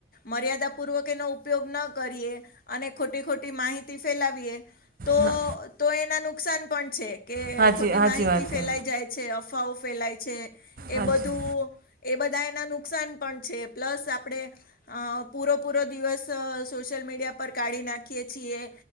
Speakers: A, on the left; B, on the right.
A: મર્યાદા પૂર્વક એનો ઉપયોગ ન કરીએ અને ખોટી ખોટી માહિતી ફેલાવીએ તો
B: હા
A: તો એના નુકસાન પણ છે કે
B: સાચી
A: ખોટી
B: સાચી
A: માહિતી
B: વાત છે
A: ફેલાઈ જાય છે અફવાઓ ફેલાય છે એ
B: હાચી
A: બધું એ બધા એના નુકસાન પણ છે પ્લસ આપણેે અ પૂરો પૂરો દિવસ સોશિયલ મીડિયા પર કાઢી નાખીએ છીએ